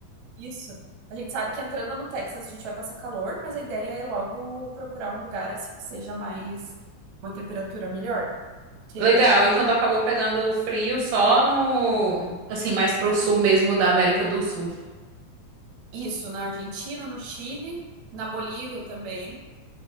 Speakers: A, on the right; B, on the right.
A: isso. A gente sabe que entrando no Texas a gente vai passar calor, mas a ideia é logo procurar um lugar assim que seja mais uma temperatura melhor. né? Porque
B: Legal. Então tu acabou pegando frio só no, assim, mais pro sul mesmo da América do Sul.
A: isso na Argentina, no Chile, na Bolívia também.